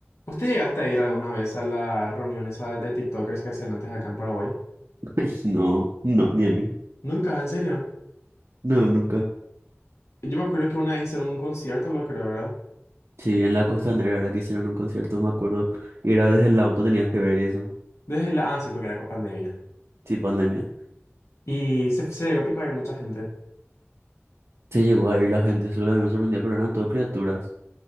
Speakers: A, on the left; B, on the right.
A: ¿Usted llegaste a ir alguna vez a la reunión esa de TikTokers que hacían antes acá en Paraguay?
B: Ay, No, no, ni ahí.
A: Nunca, en serio.
B: No, nunca.
A: Yo me acuerdo que una vez hicieron un concierto, lo creo, ¿verdad?
B: Sí, en la Costanera era que hicieron un concierto, me acuerdo. Y era desde el auto tenías que ver y eso.
A: Desde la... Ah, sí, porque era con pandemia.
B: Sí, pandemia.
A: Y se, se llegó a pico a ir mucha gente.
B: Se llegó a ir la gente, eso es lo que a mí me sorprendía, pero eran todo criaturas.